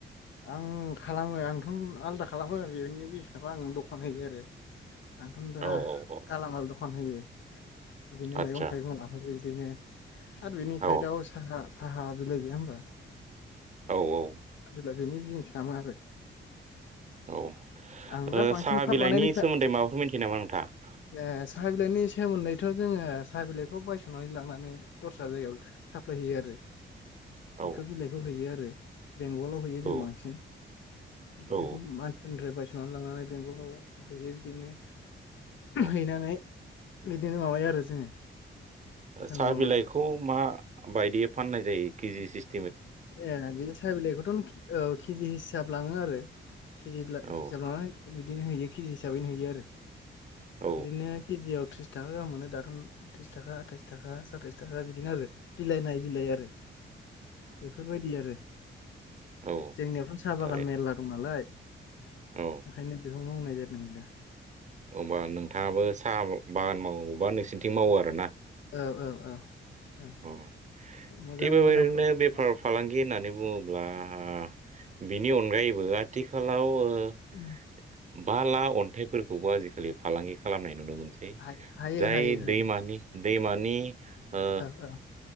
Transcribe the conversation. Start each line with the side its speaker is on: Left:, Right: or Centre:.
Left: आं खालामो आंथ' आलदा खालामो बेनि बिलथाबा आं दखान होयो आरो आंथ' दा
Right: औ औ
Left: गालामाल द'खान होयो बिदिनो
Right: आदसा
Left: मैगं थाइगं लाफायो बिदिनो आरो बिनिखाय
Right: औ
Left: दाउ साखा साहा बिलाइ गैया होमबा?
Right: औ औ
Left: लोगोनि बिजनेस खामो आरो
Right: औ
Left: आं दा
Right: ओ
Left: बांसिन
Right: साहा
Left: पाट
Right: बिलाइनि
Left: बानायनाय
Right: सोमोन्दै माबाफोर मिथियो नामा नोंथाङा?
Left: ए साहा बिलाइनि सोमोन्दैथ' जोङो साहा बिलाइखौ बायस'नानै लांनानै दस्रा जायगायाव साप्लायहैयो आरो
Right: औ
Left: बेखो बिलाइखौ हैयो आरो बेंगलाव हैयो
Right: औ
Left: जों बांसिन
Right: औ
Left: बेखौ मान्त्रेनद्राय बाइ लांनानै बेंगलाव हैयो बिदिनो
Right: औ
Left: हैनानै बिदिनो माबायो आरो जोङो फानबावो
Right: साहा बिलाइखौ मा बायदियै फाननाय जायो केजि सिस
Left: ए बिदि साहा बिलाइखौथ' नों कि ओ केजि हिसाब लाङो आरो केजिब्ला
Right: औ
Left: हिसाबा बिदि हैयो केजि हिसाबैनो हैयो आरो
Right: औ
Left: बिदिनो के जि आव थ्रिस थाखा गाहाम मोनो दाथ' थ्रिस थाखा आथाइस थाखा साताइच थाखा बिदिनो आरो बिलाइ नायै बिलाइ आरो
Right: <inaudible>
Left: बेफोरबायदि आरो
Right: औ
Left: जोंनियावथ' साहा
Right: थारै
Left: बागान मेरला दं नालाय ओंखायनो
Right: औ
Left: बे बे मावनाय ज जादों ङो
Right: अ ओमबा नोंथाङाबो साहा बागान मावो बा नोंसोरनिंथिं मावो आरोना
Left: औ औ औ औ
Right: अह
Left: मोजां
Right: थिग बेबायदिनो
Left: मोजां प्रफिट
Right: बेफार
Left: दङ
Right: फालांगि होननानै बुङोब्ला ओ बिनि अनगायैबो आथिखालाव ओ ओ
Left: औ
Right: बाला अन्थाइ फोरखौबो आजिखालि फालांगि खालामनाय नुनो मोनसै
Left: हायो
Right: जाय
Left: हायो हायो
Right: दैमानि दैमानि ओ
Left: जाला